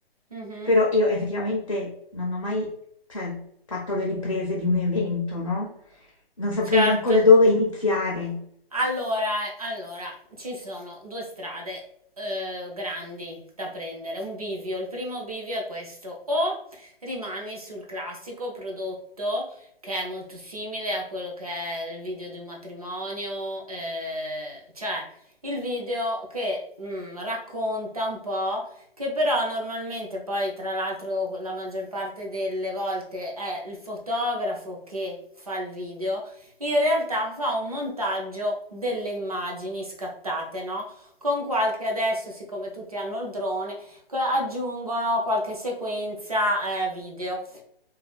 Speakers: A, on the right (about 40°); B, on the left (about 35°).
A: Mh-mh.
B: Però io effettivamente non ho mai, cioè, fatto le riprese di un evento, no? Non saprei
A: Certo.
B: manco da dove iniziare.
A: Allora allora, ci sono 2 strade, uhm, grandi da prendere, un bivio. Il primo bivio è questo: o rimani sul classico prodotto che è molto simile a quello che è il video di un matrimonio, ehm, cioè il video che, mhmm, racconta un po', che però normalmente poi tra l'altro la maggior parte delle volte è il fotografo che fa il video in realtà fa un montaggio delle immagini scattate, no? Con qualche, adesso siccome tutti hanno il drone, co- aggiungono qualche sequenza eh, video.